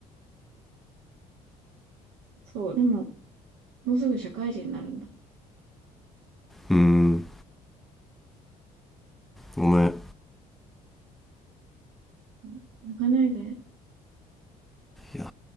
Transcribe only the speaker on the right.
そう。でも、もうすぐ社会人になるんだ。
うん泣かないで。